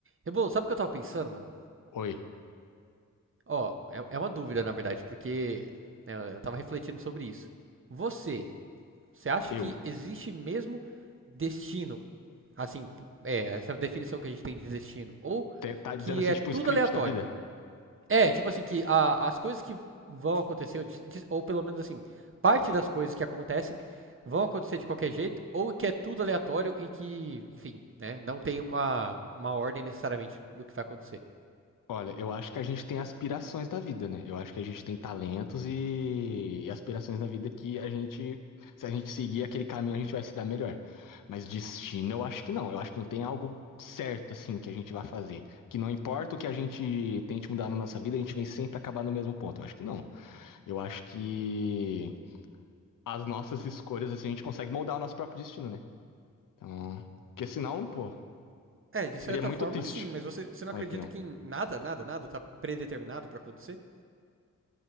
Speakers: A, on the right (about 40°); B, on the left (about 80°).
A: Rebolo, sabe o que eu tava pensando, mano?
B: Oi,
A: Ó, é, é uma dúvida, na verdade, porque né, eu tava refletindo sobre isso. Você, você acha
B: eu.
A: que existe mesmo destino, assim, p- é, essa definição que a gente tem de destino, ou
B: Te- Tá dizendo
A: que
B: assim,
A: é
B: tipo,
A: tudo
B: o script
A: aleatório?
B: da vida?
A: É, tipo assim, que a- as coisas que vão acontecer, ou de- de- ou pelo menos assim, parte das coisas que acontecem vão acontecer de qualquer jeito, ou que é tudo aleatório e que, enfim, né, não tem uma, uma ordem necessariamente do que vai acontecer.
B: Olha, eu acho que a gente tem aspirações da vida, né? Eu acho que a gente tem talentos e, e aspirações da vida que a gente, se a gente seguir aquele caminho, a gente vai se dar melhor. Mas destino, eu acho que não. Eu acho que não tem algo certo, assim, que a gente vai fazer. Que não importa o que a gente tente mudar na nossa vida, a gente vem sempre acabar no mesmo ponto. Eu acho que não. Eu acho que as nossas escolhas, assim, a gente consegue moldar o nosso próprio destino, né? Então, porque senão, pô,
A: É, de
B: seria
A: certa
B: muito
A: forma,
B: triste,
A: sim, mas você, você não
B: na
A: acredita
B: minha opinião.
A: que em nada, nada, nada tá predeterminado pra acontecer?